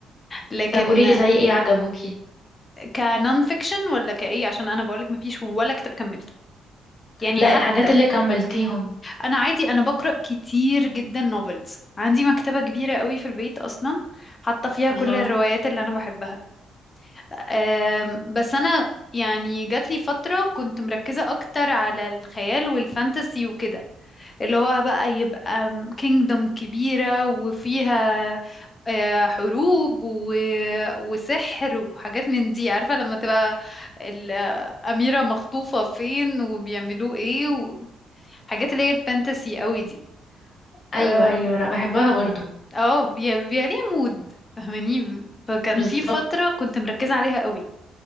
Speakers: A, on the left; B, on the left.
A: لكن
B: طب قوليلي زي ايه عجبوكي
A: كنون فيكشن ولا كإيه عشان أنا بقولك ما فيش ولا كتاب كملته يعني
B: لا
A: حتى
B: الحاجات اللي كملتيهم
A: أنا عادي أنا بقرأ كتير جدا نوفلز عندي مكتبة كبيرة قوي في البيت أصلا حاطة فيها
B: الله
A: كل الروايات اللي أنا بحبها أم، بس أنا يعني جات لي فترة كنت مركزة أكتر على الخيال والفانتسي وكده اللي هو بقى يبقى كينجدوم كبيرة وفيها آه، حروب و... وسحر وحاجات من دي عارفة لما تبقى الأميرة مخطوفة فين وبيعملوا ايه وحاجات اللي هي الفانتسي قوي دي
B: ايوه
A: اه
B: ايوه لا بحبها برضو
A: آه، بي- بيبقى ليها مود فاهماني فكان
B: بالظبط
A: في فترة كنت مركزة عليها قوي